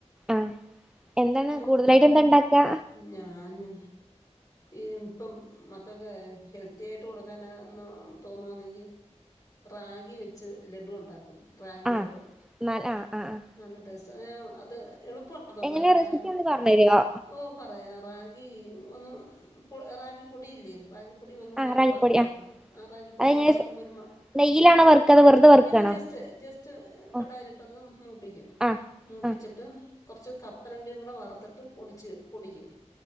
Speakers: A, in the centre; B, on the left.
A: ആഹ് എന്താണ്
B: നിങ്ങ
A: കൂടുതലായിട്ട് എന്താ ഉണ്ടാക്കാ
B: ഞാന് ഇപ്പം മക്കൾക്ക് ഹെൽത്തി ആയിട്ട് കൊടുക്കാന തോന്നുവാണെങ്കിൽ റാഗി വെച്ച് ലഡു ഉണ്ടാക്കും റാഗി
A: ആഹ്
B: ലഡു അ
A: എന്നാൽ ആഹ് ആഹ് ആഹ്
B: നല്ല ടേസ്റ്റാ <unintelligible> ഇത് എളുപ്പാ <inaudible> അത് ഉണ്ടാക്കാൻ
A: എങ്ങനെയാ റെസിപ്പി ഒന്ന് പറഞ്ഞു തരുവോ
B: ഓ പറയാ റാഗി ഒന്ന് ഏഹ് പ്പോ റാഗി പൊടിയില്ലേ റാഗി പ്പൊടി ഒന്നൂടൊന്ന്
A: ആഹ് റാഗിപ്പൊടി
B: വറുക്കണം
A: ആഹ്
B: ആ റാകിപ്പൊടി
A: അതെങ്ങനെ
B: ഒന്നു വറുക്കുമ്പോ ഒരു മ-
A: നെയ്യിലാണോ വറുക്കാ അതോ വെറുതെ വറുക്കാണോ
B: ഇല്ലേ ജസ്റ്റ് ജസ്റ്റ് കടയിലിട്ടൊന്നു
A: ആഹ്
B: മൂപ്പിക്കും
A: ആഹ്
B: മൂപ്പിച്ചിട്ട്
A: ആഹ്
B: കൊർച്ച് കപ്പലണ്ടിയും കൂടെ വറുത്തിട്ടും പൊടിച്ച് പൊടിക്കും